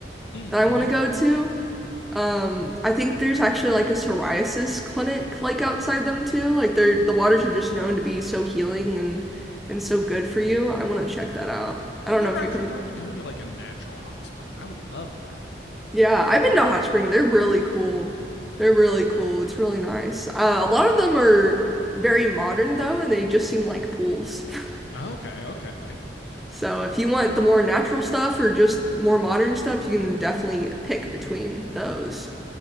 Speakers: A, on the left; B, in the centre.
A: Mm-hmm.
B: that I want to go to. Um, I think there's actually like a psoriasis clinic like outside them too. Like they're the waters are just known to be so healing and and so good for you. I want to check that out. I
A: I've
B: don't
A: never
B: know if
A: actually
B: you heard
A: gotten to go to like a natural hot spring. I would love that.
B: Yeah, I've been to Hot Spring. They're really cool. They're really cool. It's really nice. Uh, a lot of them are very modern though, and they just seem like pools. <laughs>
A: Okay, okay.
B: So if you want the more natural stuff or just more modern stuff, you can definitely pick between those.